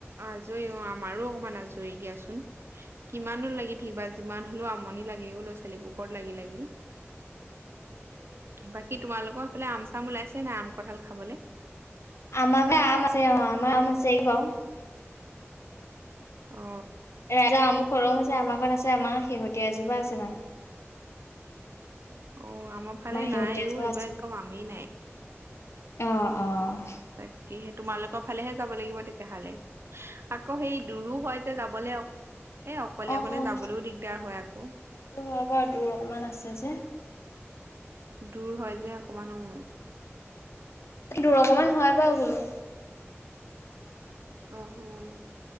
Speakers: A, on the right; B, on the left.
A: আজৰি অ আমাৰো অকমান আজৰি দিয়াচোন, কিমান লাগি থাকিবা যিমান হ'লেও আমনি লাগেও ল'ৰা ছোৱালীবোৰ কত লাগি লাগি। বাকী তোমালোকৰ এইফালে আম চাম ওলাইছে নাই আম কঠাল খাবলে?
B: আমাকে আমছে আম আম আছে বাও।
A: অ
B: <unintelligible> আম খৰম হৈছে আমাৰ ঘৰত ছে আমাৰ শেহতীয়া এজোপা আছে মানে।
A: অ, আমাৰ ফালে
B: শেহতীয়া
A: নাইও
B: এজোপা
A: এইবাৰ
B: আছে।
A: একদম আমি নাই।
B: অ', অ',
A: তাকে সে তোমালোকৰ ফালেহে যাব লাগিব তেতিয়াহলে আকৌ, সেই দূৰো হয় যে যাব <inaudible> এ অকলে
B: অ',
A: অকলে যাবলৈও দিগদাৰ হয় আকৌ।
B: সেইটো হয় বাৰু দূৰ অকমান আছে যে
A: দূৰ হয় যে অকমান অ',
B: দূৰ অকণমান হয় বাৰু বুলো।
A: উম - উম